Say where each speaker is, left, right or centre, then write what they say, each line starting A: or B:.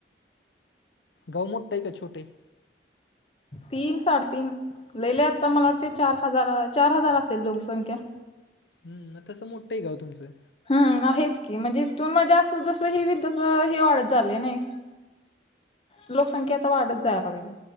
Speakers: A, on the left; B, on the left.
A: गाव मोठ आहे का छोटे आहे?
B: तीन साडेतीन लई लई आता मला वाटते चार हजार चार हजार असेल लोकसंख्या.
A: हम्म मग तसं मोठंय आहे गाव तुमचं.
B: हम्म आहेच की म्हणजे इथून म्हणजे, असं जसं हे होईल तसं हे वाढत झालं नाही. लोकसंख्या आता वाढत जाया लागल्या.